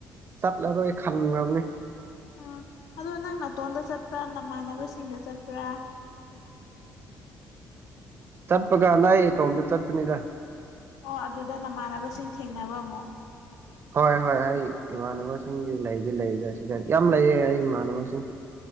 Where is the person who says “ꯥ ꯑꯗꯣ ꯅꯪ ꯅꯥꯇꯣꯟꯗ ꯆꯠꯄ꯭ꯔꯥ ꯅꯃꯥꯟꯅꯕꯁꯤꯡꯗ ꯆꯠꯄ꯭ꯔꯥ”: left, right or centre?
Left